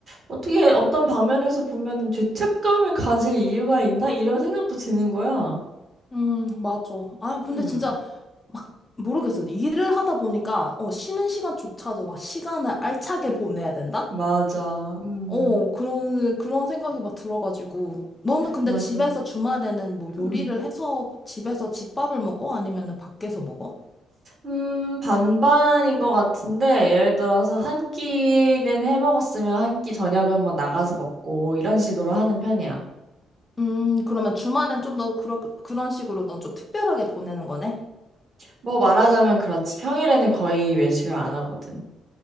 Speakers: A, on the right; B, on the left.
A: 어떻게 어떤 방면에서 보면은 죄책감을 가질 이유가 있나? 이런 생각도 드는 거야.
B: 음, 맞아. 아,
A: 음,
B: 근데 진짜 모르겠어. 일을 하다 보니까 어, 쉬는 시간조차도 막 시간을 알차게 보내야 된다?
A: 맞아. 음,
B: 어, 그런 그런 생각이 막 들어가지고 너는 근데
A: 맞아.
B: 집에서 주말에는 뭐
A: 음.
B: 요리를 해서 집에서 집밥을 먹어? 아니면은 밖에서 먹어?
A: 음, 반반인 것 같은데, 예를 들어서 한 끼는 해 먹었으면 한 끼 저녁은 뭐 나가서 먹고, 이런 식으로 하는 편이야.
B: 음, 그러면 주말엔 좀 더 그러, 그런 식으로 넌 좀 특별하게 보내는 거네?
A: 뭐 말하자면 그렇지. 평일에는 거의 외식을 안 하거든.